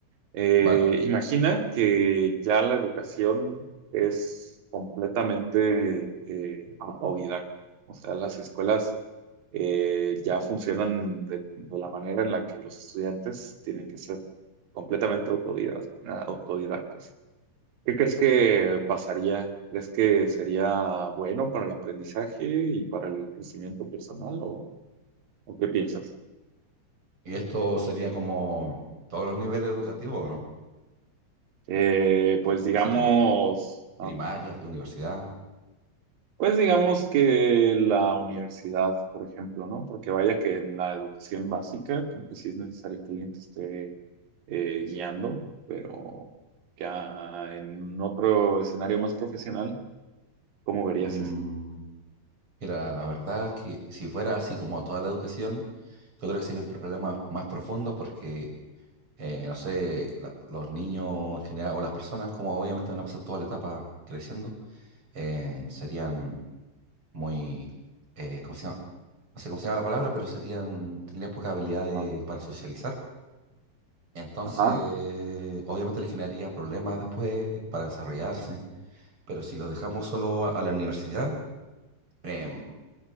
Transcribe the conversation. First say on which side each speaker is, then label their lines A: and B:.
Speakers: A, on the right; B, on the right.
A: Eh,
B: Vale,
A: imagina que ya la educación es completamente eh, autodidacta. O sea, las escuelas eh, ya funcionan de, de la manera en la que los estudiantes tienen que ser completamente autodidac- autodidactas. ¿Qué crees que pasaría? ¿Crees que sería bueno para el aprendizaje y para el crecimiento personal o, o qué piensas?
B: y esto sería como todos los niveles educativos, ¿no?
A: Eh, pues digamos,
B: Así como primarias, universidad.
A: Pues digamos que la universidad, por ejemplo, ¿no? Porque vaya que en la educación básica creo que sí es necesario que alguien te esté eh, guiando, pero ya en otro escenario más profesional, ¿cómo verías
B: Mm,
A: eso?
B: mira, la verdad es que si fuera así como toda la educación, yo creo que sería un problema más profundo porque, eh, no sé, la- los niños en general o las personas, como obviamente van a pasar toda la etapa creciendo, eh, serían muy... eh, ¿cómo se llama? no sé cómo se llama la palabra, pero serían, tendrían poca habilidad de-
A: Ajá,
B: para socializar. Entonces,
A: ajá,
B: obviamente le generaría problemas después para desarrollarse, pero si lo dejamos solo a, a la universidad, em,